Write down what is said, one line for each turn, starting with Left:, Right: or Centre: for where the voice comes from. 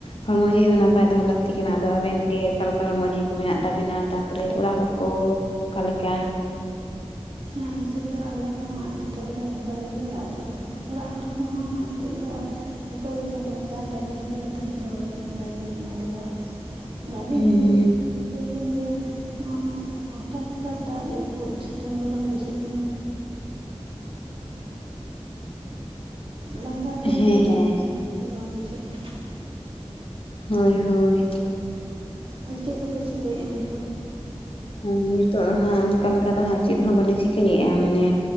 Left: ᱦᱚᱲᱢᱚ ᱡᱤᱣᱤ ᱦᱚᱸ ᱱᱟᱯᱟᱭ ᱫᱚᱦᱚ ᱞᱟᱹᱠᱛᱤ ᱠᱟᱱᱟ ᱟᱫᱚ ᱟᱵᱮᱱ ᱜᱮ ᱚᱠᱟ ᱞᱮᱠᱟ ᱦᱚᱲᱢᱚ ᱡᱤᱣᱤ ᱠᱚ ᱢᱮᱱᱟᱜ ᱛᱟᱵᱮᱱᱟ ᱛᱟᱯᱚᱨᱮ ᱚᱲᱟᱜ ᱦᱚᱲ? ᱳ ᱠᱟ ᱞᱮᱠᱟ
Right: ᱦᱮᱸ ᱱᱤᱛᱳ ᱫᱚ ᱟᱞᱮ ᱦᱚᱸ ᱡᱚᱛᱚᱜᱮᱞᱮ ᱱᱟᱯᱟᱭ ᱜᱮᱭᱟ ᱟᱫᱚ ᱚᱲᱟᱜ ᱦᱚᱲ ᱠᱚᱦᱚᱸ ᱦᱟᱸᱜ ᱱᱤᱛᱚᱜ ᱫᱚ ᱟᱨ ᱡᱚᱛᱚ ᱜᱮ ᱪᱟᱸᱫᱳ ᱵᱚᱸᱜᱟ ᱟᱜ ᱫᱟᱭᱟ ᱫᱩᱞᱟᱹᱲ ᱛᱮ ᱡᱚᱛᱚ ᱦᱚᱲᱜᱮ ᱱᱟᱯᱟᱭ ᱜᱮ ᱢᱮᱱᱟᱜ ᱞᱮᱭᱟ ᱟᱫᱚ ᱟᱹᱵᱤᱱ
Left: ᱦᱮᱸ
Right: ᱦᱚᱭᱩᱜ ᱨᱤᱠᱟᱹᱭ ᱜᱮᱭᱟᱞᱤᱧ ᱡᱮ ᱱᱚᱜ ᱦᱚᱴᱟᱛ ᱦᱟᱴᱟᱛ ᱫᱟᱜ ᱡᱟᱹᱯᱩᱫ ᱥᱤᱛᱩᱝ ᱜᱚᱨᱚᱢ ᱵᱩᱡᱷᱟᱹᱜ <inaudible> ᱞᱟᱸᱜᱟᱛᱮ
Left: ᱦᱮᱸ
Right: ᱵᱷᱟᱜᱮ ᱵᱟᱝ ᱵᱩᱡᱷᱟᱹᱜ ᱠᱟᱱᱟ।
Left: ᱦᱳᱭ ᱦᱳᱭ
Right: ᱟᱨ ᱪᱮᱫ ᱠᱚᱯᱮ ᱪᱤᱠᱟᱹᱭᱮᱫᱼᱟ ᱱᱤᱛᱚᱜ? ᱫᱚ
Left: ᱟᱨ ᱱᱤᱛᱚᱜ ᱦᱟᱸᱜ ᱚᱱᱠᱟ ᱞᱮᱠᱟ ᱫᱚ ᱦᱟᱸᱜ ᱪᱮᱫ ᱦᱚᱸ ᱵᱟᱞᱮ ᱪᱤᱠᱟᱹᱭᱮᱫᱼᱟ ᱢᱟᱱᱮ